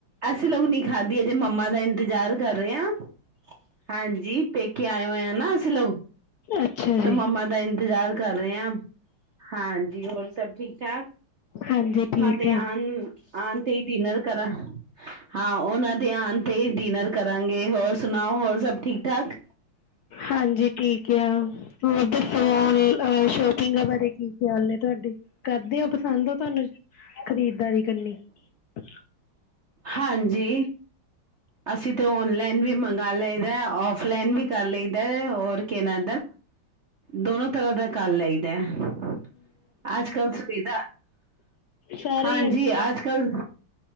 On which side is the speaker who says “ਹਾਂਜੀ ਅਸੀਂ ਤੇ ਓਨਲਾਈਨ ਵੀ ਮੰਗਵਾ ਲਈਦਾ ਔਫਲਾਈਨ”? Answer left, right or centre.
Right